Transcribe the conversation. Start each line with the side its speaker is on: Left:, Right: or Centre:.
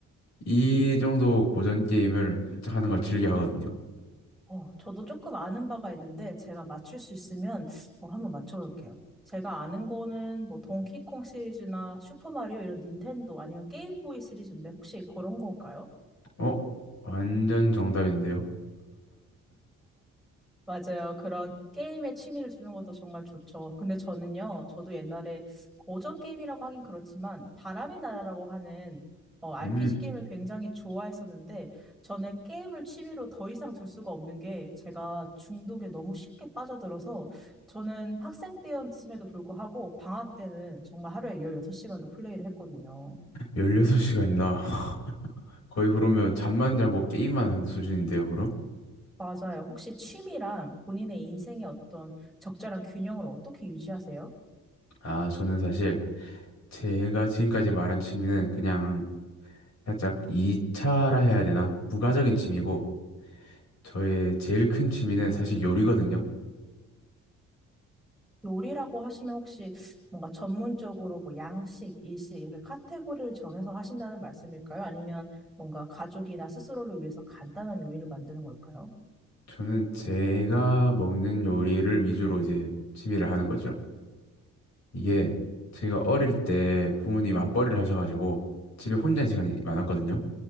Left: 이 정도 고전 게임을 살짝 하는 걸 즐겨 하거든요.
Centre: 어, 저도 조금 아는 바가 있는데 제가 맞출 수 있으면 어, 한번 맞춰볼게요. 제가 아는 거는 뭐 동키콩 시리즈나 슈퍼마리오 이런 닌텐도 아니면 게임보이 시리즈인데 혹시 그런 건가요?
Left: 어? 완전 정답인데요?
Centre: 맞아요. 그런 게임에 취미를 두는 것도 정말 좋죠. 근데 저는요, 저도 옛날에 고전 게임이라고 하긴 그렇지만, 바람의 나라라고 하는 어, RPG
Left: 음...
Centre: 게임을 굉장히 좋아했었는데, 저는 게임을 취미로 더 이상 둘 수가 없는 게, 제가 중독에 너무 쉽게 빠져들어서, 저는 학생 때였음에도 불구하고, 방학 때는 정말 하루에 16시간도 플레이를 했거든요.
Left: 16시간이나 <laughs> 거의 그러면 잠만 자고 게임만 하는 수준인데요, 그럼?
Centre: 맞아요. 혹시 취미랑 본인의 인생의 어떤 적절한 균형을 어떻게 유지하세요?
Left: 아, 저는 사실 제가 지금까지 말한 취미는 그냥 살짝 2차라 해야 되나? 부가적인 취미고 저의 제일 큰 취미는 사실 요리거든요.
Centre: 요리라고 하시면 혹시 뭔가 전문적으로 뭐 양식, 일식 이렇게 카테고리를 정해서 하신다는 말씀일까요? 아니면 뭔가 가족이나 스스로를 위해서 간단한 요리를 만드는 걸까요?
Left: 저는 제가 먹는 요리를 위주로 이제 취미를 하는 거죠. 이게 제가 어릴 때 부모님이 맞벌이를 하셔가지고 집에 혼자 있는 시간이 많았거든요.